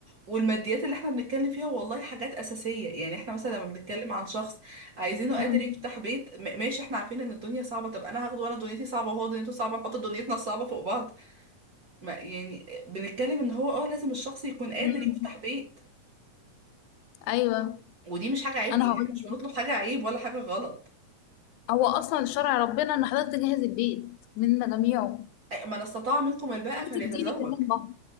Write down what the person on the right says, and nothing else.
والماديات اللي احنا بنتكلم فيها والله حاجات أساسية يعني احنا مثلا لما بنتكلم عن شخص عايزينه قادر
يفتح بيت م- ماشي احنا عارفين ان الدنيا صعبة طب انا هاخده وانا دنيتي صعبة وهو دنيته صعبة نحط دنيتنا الصعبة فوق بعض ما يعني بنتكلم ان هو اه لازم الشخص يكون قادر
يفتح بيت
ودي مش حاجة عيب
يعني
احنا
مش بنطلب حاجة عيب ولا حاجة غلط
من استطاع منكم الباءة
فليتزوج